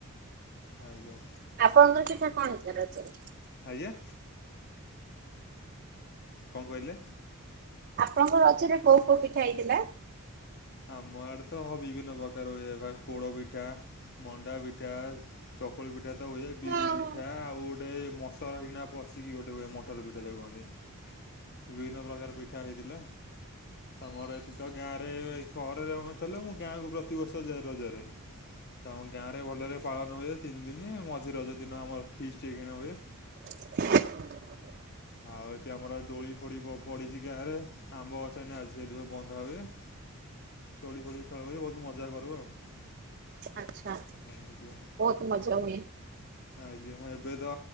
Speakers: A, on the left (about 45°); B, on the right (about 45°).
A: ଆଜ୍ଞା।
B: ଆପଣଙ୍କର ପିଠା କଣ ହେଇଥିଲା ରଜକୁ?
A: ଆଜ୍ଞା। କଣ କହିଲେ?
B: ଆପଣଙ୍କ ରଜରେ କୋଉ କୋଉ ପିଠା ହେଇଥିଲା?
A: ଆମ ଆଡ଼େ ତ ବିଭିନ୍ନ ପ୍ରକାର ହୋଇଥାଏ ପୋଡ଼ ପିଠା, ମଣ୍ଡା ପିଠା। ଚକୁଳି ପିଠା ତ ହୁଏ ବିରି
B: ଆଚ୍ଛା।
A: ପିଠା ଆଉ ଗୋଟେମସଲା ଦେଇକି ଲାଦେଇକି ମଟର ଦେ ଇକି ମଟର ପିଠା ତାକୁ କୁହନ୍ତି।
B: <inaudible>
A: ବିଭିନ୍ନ ପ୍ରକାର ପିଠା ହେଇଥିଲା ଆମର ଏଠି ତ ଗାଁରେ ସହରରେ ଆମେ ତେଲେ ମୁଁ ଗାଁକୁ ପ୍ରତିବର୍ଷ ଯାଏ ରଜରେ। ତ ଆମ ଗାଁ ରେ ଭଲରେ ପାଳନ ହୁଏ ତିନି ଦିନ ମଝି ରଜ ଦିନ ଆମର ଫିସ୍ କିଣ ହୁଏ।
B: <unintelligible>
A: ଆଉ ଏଠି ଆମର ଦୋଳି ଫୋଡିିବ ପଡ଼ିଛି ଗାଁରେ ଆମ୍ବ ଗଛ ଏଇନି ଆଜି ସେଇଠି ସବୁ ବନ୍ଧା ହୁଏ। ଦୋଳି ଫୋଳି ଖେଳ ହୁଏ ବହୁତ ମଜା କରିବ ଆଉ।
B: ଆଛା
A: ଏମିତି ଆଉ।
B: ବହୁତ ମଜା ହୁଏ।
A: ଆଜ୍ଞା ଏବେ ତ